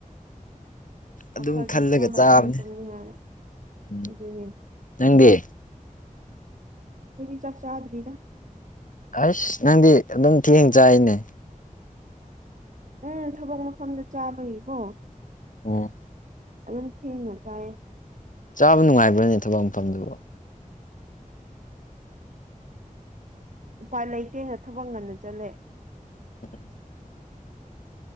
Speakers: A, on the right; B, on the left.
A: ꯋꯥꯈꯜꯗ
B: ꯑꯗꯨꯝ ꯈꯜꯂꯒ
A: ꯁꯥ ꯃꯇꯨꯝ
B: ꯆꯥꯕꯅꯦ
A: ꯃꯇꯨꯝꯅꯤ ꯍꯥꯏꯅ
B: ꯎꯝ
A: ꯎꯗꯣꯏꯅꯦ
B: ꯅꯪꯗꯤ
A: ꯑꯩꯈꯣꯏꯗꯤ ꯆꯥꯛ ꯆꯥꯗ꯭ꯔꯤꯗ
B: ꯑꯁ ꯅꯪꯗꯤ ꯑꯗꯨꯝ ꯊꯦꯡ ꯆꯥꯏꯅꯦ
A: ꯎꯝ ꯊꯕꯛ ꯃꯐꯝꯗ ꯆꯥꯕꯩꯕꯣ
B: ꯎꯝ
A: ꯑꯗꯨ ꯊꯦꯡꯅ ꯆꯥꯏꯌꯦ
B: ꯆꯥꯕ ꯅꯨꯡꯉꯥꯏꯕ꯭ꯔꯅꯦ ꯊꯕꯛ ꯃꯐꯝꯗꯨꯕꯨ
A: ꯎꯄꯥꯏ ꯂꯩꯇꯦꯅ ꯊꯕꯛ ꯉꯟꯅ ꯆꯠꯂꯦ
B: ꯎꯝ